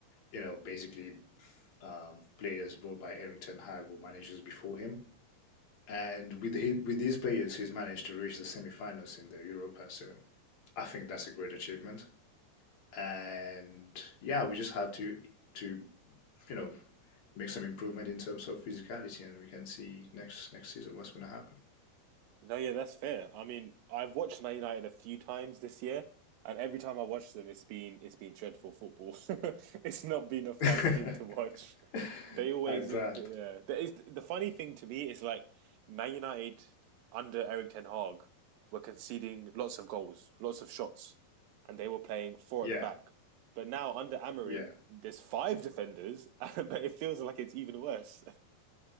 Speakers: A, on the left; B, on the right.
A: you know, basically um, players brought by Erik Ten Hag or managers before him. And with the, with these players, he's managed to reach the semi-finals in the Europa. So I think that's a great achievement and yeah, we just have to to you know make some improvement in terms of physicality, and we can see next next season what's going to
B: No, yeah, that's fair. I mean, I've watched Man United a few times this year, and every time I watch them, it's been it's been dreadful football. <laughs> It's not been a fun
A: happen.
B: thing to watch.
A: <laughs>
B: They always,
A: I bet.
B: the There is the funny thing to me is like Man United under Eric Ten Hag were conceding lots of goals, lots of shots, and they were playing four
A: Yeah,
B: at the back. But now under Amarin,
A: yeah,
B: there's five defenders, <laughs> but it feels like it's even worse